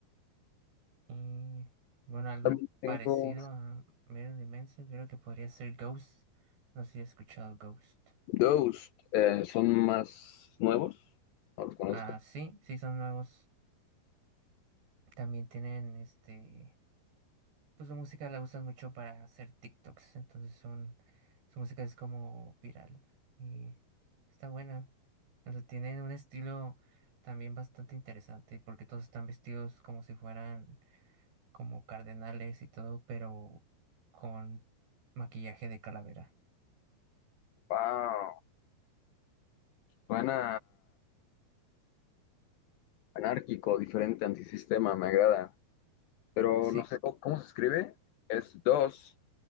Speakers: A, on the right; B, on the left.
A: Y bueno, algo
B: También tengo
A: parecido a Marilyn Manson, creo que podría ser Ghost. No sé si he escuchado Ghost.
B: Ghost, eh, son más nuevos, no los conozco.
A: Ah, sí, sí, son nuevos. También tienen este. pues su música la usan mucho para hacer TikToks, entonces son, su música es como viral y está buena. O sea, tienen un estilo también bastante interesante porque todos están vestidos como si fueran como cardenales y todo, pero con maquillaje de calavera.
B: Wow, suena anárquico, diferente, antisistema, me agrada. pero
A: Sí,
B: no sé cómo, cómo se escribe. Es dos.